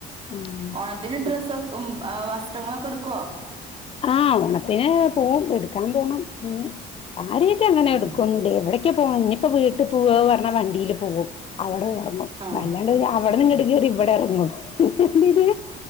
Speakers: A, on the left; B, on the right.
A: ആഹ്
B: ഓണത്തിന് ഡ്രസ്സ്
A: ഉം
B: ഉം ആ വസ്ത്രങ്ങളൊക്ക എട്ക്കോ
A: ആഹ് ഓണത്തിന് പോവും എടുക്കാൻ പോണം ഇഞ് കാര്യായ്ട്ട് അങ്ങനെ
B: ഉം
A: എടുക്കൊന്നു ഇല്ല്യ എവിടക്ക പോണേ ഇഞ്ഞിപ്പോ വീട്ട് പോവാ പറ വണ്ടില് പോവും അവടെ എറങ്ങും
B: ആഹ്
A: അല്ലാണ്ട് പിന്നെ അവിടെ
B: ഉം
A: ഇങ്ങ്ട് കേറി ഇവടെ എറങ്ങും ന്തിത്